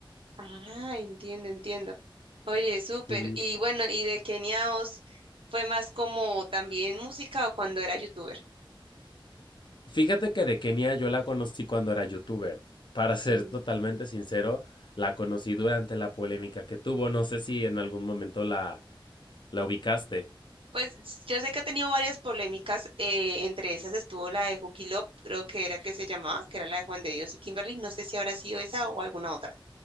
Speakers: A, on the right; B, on the left.
A: Ah, entiendo, entiendo. Oye, súper.
B: Sí.
A: Y bueno, ¿y de Kenia Os fue más como también música o cuando era youtuber?
B: Fíjate que de Kenia yo la conocí cuando era youtuber. Para ser
A: Mm.
B: totalmente sincero, la conocí durante la polémica que tuvo. No sé si en algún momento la, la ubicaste.
A: Pues yo sé que ha tenido varias polémicas, eh, entre esas estuvo la de Juki Love, creo que era que se llamaba, que era la de Juan de Dios y Kimberly, no sé si habrá sido esa o alguna otra.